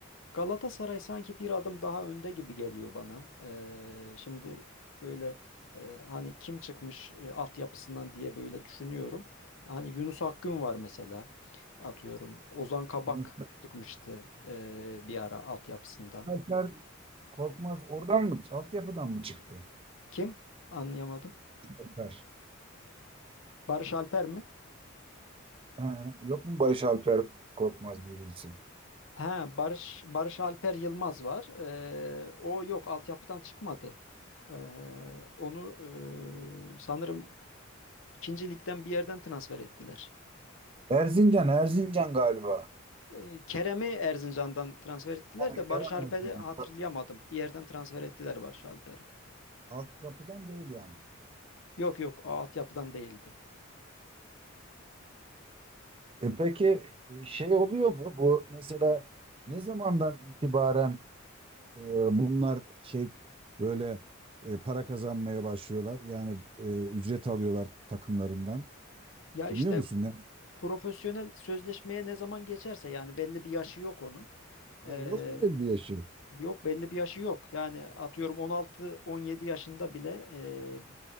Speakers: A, on the left; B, on the right.
A: Galatasaray sanki bir adım daha önde gibi geliyor bana. E, şimdi böyle e, hani kim çıkmış e, altyapısından diye böyle düşünüyorum. Hani Yunus Akgün var mesela atıyorum. Ozan Kabak
B: Yani
A: çıkmıştı e, bir ara altyapısından.
B: Salih Korkmaz oradan mı? Altyapıdan mı çıktı?
A: Kim? Anlayamadım.
B: Alper.
A: Barış Alper mi?
B: Ha, yok mu Barış Alper Korkmaz diye birisi?
A: Ha, Barış Barış Alper Yılmaz var. Ee, o yok, altyapıdan çıkmadı. Ee, onu ee, sanırım ikinci ligden bir yerden transfer ettiler.
B: Erzincan, Erzincan galiba.
A: Ee, Kerem'i Erzincan'dan transfer ettiler
B: Ha,
A: de Barış
B: Kerem
A: Alper'i
B: Erzincan.
A: hatırlayamadım.
B: Tabii.
A: Bir yerden transfer ettiler Barış Alper'i.
B: Altyapıdan değil yani.
A: Yok yok, o altyapıdan değildi.
B: E peki e, şey oluyor mu? Bu mesela ne zamandan itibaren e, bunlar şey böyle e, para kazanmaya başlıyorlar? Yani e, ücret alıyorlar takımlarından.
A: Ya işte
B: Biliyor musun ne?
A: profesyonel sözleşmeye ne zaman geçerse yani belli bir yaşı yok onun.
B: He,
A: Ee,
B: yok mu belli bir yaşı?
A: Yok belli bir yaşı yok. Yani atıyorum 16-17 yaşında bile e,